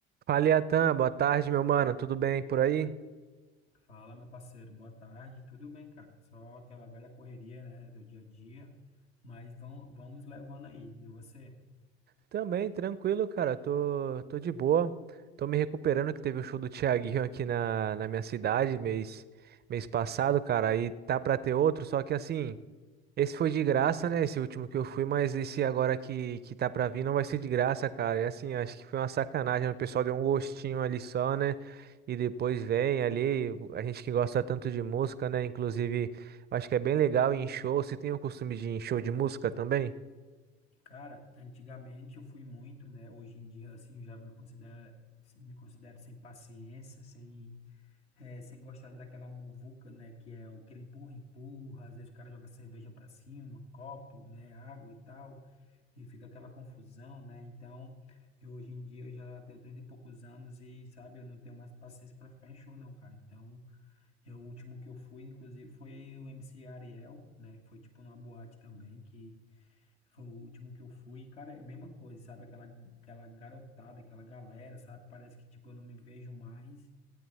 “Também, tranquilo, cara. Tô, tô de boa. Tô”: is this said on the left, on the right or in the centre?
Right